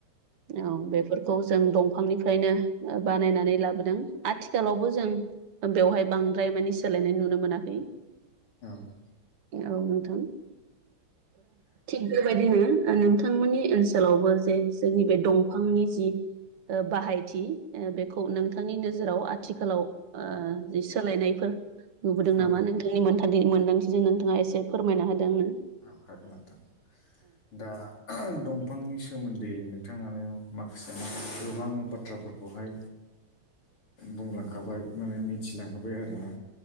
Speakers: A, on the right (about 85°); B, on the left (about 75°).
A: औ बेफोर खौ जों दंफांनिफ्रायनो बानायनानै लाबोदों। आथिखालावबो जों बेवहाय बांद्राय मानिे सोलायनाय नुनो मोनाखै।
B: औ
A: औ नोंथां। थिग बेबायदिनो नोंथांमोननि ओनसोलावबो जे जोंनि बे दंफांनि जि ओ बाहायथि ओ बेखौ नोंथांनि नोजोराव आथिखालाव ओ सोलायनायफोर नुबोदों नामा
B: औ औ
A: नोंथांनि मोनथ मोनदांथिजों नोंथाङा एसे फोरमायना होदों आंनो।
B: औ हागोन नोंथां दा दंफांनि सोमोन्दै नोंथाङानो माखासे गोबां बाथ्राफोरखौहाय
A: <inaudible>
B: बुंलांखाबाय माने मिथिलांहोबाय आरो ना।